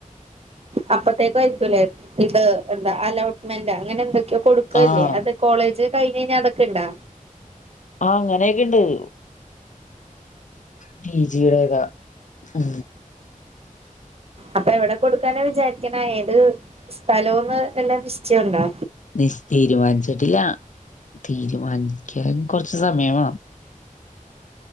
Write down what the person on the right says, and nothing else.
അപ്പത്തേക്ക ആയിരിക്കൂലേ ഇത് എന്താ അലോട്ട്മെന്റ് അങ്ങനെ എന്തൊ കൊടുക്കല്ലേ
അത് കോളേജ് കഴിഞ്ഞഞ് കഴിഞ്ഞാൽ അതൊക്കെ ഇണ്ടാ
അപ്പൊ എവിടെ കൊടുക്കാനാ വിചാരിക്കണ ഏത് സ്ഥലവുംന്ന് എല്ലാം നിശ്ചയംുണ്ടോ